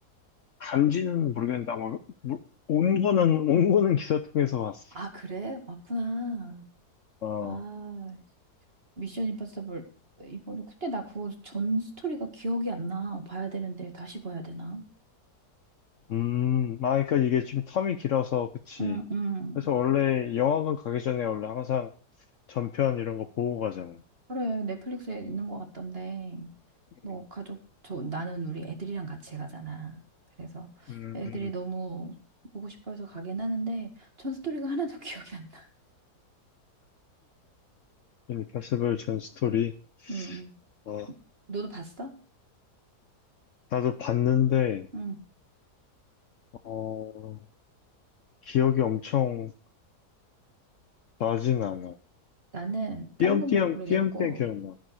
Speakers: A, on the left; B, on the right.
A: 간지는 모르겠는데 아마 뭐, 온 거는 온 거는 기사 통해서 봤어.
B: 아, 그래? 왔구나.
A: 어, 어,
B: 아, 미션 임파서블 이번에 근데 나 그거 전 스토리가 기억이 안 나. 봐야 되는데 다시 봐야 되나?
A: 음, 아, 그러니까 이게 좀 텀이 길어서 그치.
B: 응, 응.
A: 그래서 원래 영화관 가기 전에 원래 항상 전편 이런 거 보고 가잖아.
B: 그래, 넷플릭스에 있는 것 같던데,
A: 음,
B: 뭐, 가족, 저, 나는 우리 애들이랑 같이 가잖아. 그래서
A: 음,
B: 애들이 너무 보고 싶어 해서 가긴 하는데, 전 스토리가 하나도 <laughs> 기억이 안 나.
A: 인파서블 전 스토리.
B: 음, 음.
A: 어,
B: 너도 봤어?
A: 나도 봤는데
B: 응.
A: 어, 기억이 엄청 나진 않아.
B: 나는 다른
A: 띄엄띄엄,
B: 건 모르겠고,
A: 띄엄띄엄 기억나.